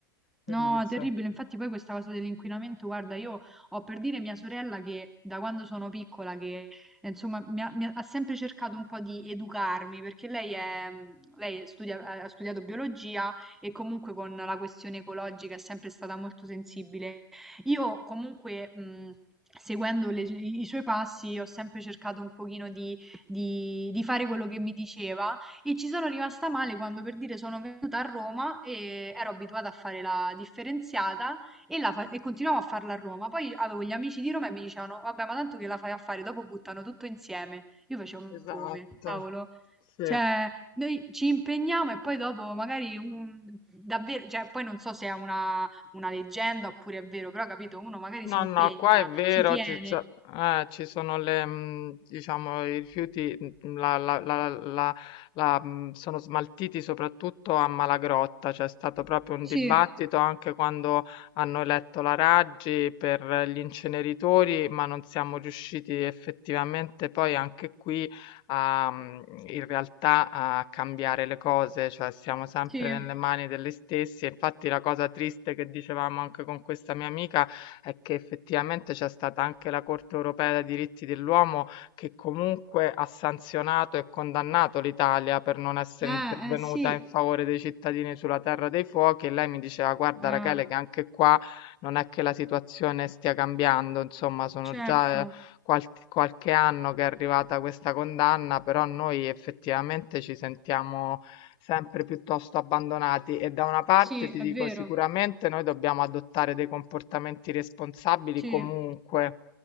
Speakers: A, on the left (about 40°); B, in the centre.
A: Quindi,
B: No,
A: insomma,
B: terribile. Infatti poi questa cosa dell'inquinamento, guarda, io ho per dire mia sorella che da quando sono piccola, che eh, insomma mi ha, mi ha- ha sempre cercato un po' di educarmi, perché lei, è, mm, lei studia- ha ha studiato biologia e comunque con la questione ecologica è sempre stata molto sensibile. Io comunque... mm, Seguendo le- i suoi passi, ho sempre cercato un pochino di, di di fare quello che mi diceva, e ci sono rimasta male quando per dire sono venuta a Roma e ero abituata a fare la differenziata e, la fa- e continuavo a farla a Roma. Poi avevo gli amici di Roma e mi dicevano: Vabbè, ma tanto che la fai a fare, dopo buttano tutto insieme. Io facevo: Ma
A: esatto,
B: come? Cavolo.
A: sì.
B: Cioè, noi ci impegniamo e poi dopo magari un- davvero, cioè, poi non so se è una, una leggenda oppure è vero, però capito, uno magari
A: No,
B: si impegna,
A: no, qua è vero,
B: ci tiene.
A: ci, so- eh, ci sono le, mh, diciamo, i rifiuti, mh, la- la- la- la- la, mh, sono smaltiti soprattutto a Malagrotta, c'è stato proprio un
B: Sì,
A: dibattito anche quando hanno eletto la Raggi per gli inceneritori, ma non siamo riusciti effettivamente poi anche qui a, mh, in realtà a cambiare le cose, cioè siamo sempre
B: sì.
A: nelle mani degli stessi, infatti la cosa triste che dicevamo anche con questa mia amica è che effettivamente c'è stata anche la Corte europea dei diritti dell'uomo che comunque ha sanzionato e condannato l'Italia per non essere
B: Eh,
A: intervenuta
B: eh, sì.
A: in favore dei cittadini sulla terra dei fuochi e lei mi diceva guarda
B: Eh,
A: Rachele che anche qua non è che la situazione stia cambiando, insomma sono
B: certo.
A: già qualche qualche anno che è arrivata questa condanna, però noi effettivamente ci sentiamo sempre piuttosto abbandonati e da una parte
B: Sì,
A: ti
B: è
A: dico
B: vero,
A: sicuramente noi dobbiamo adottare dei comportamenti responsabili
B: sì.
A: comunque.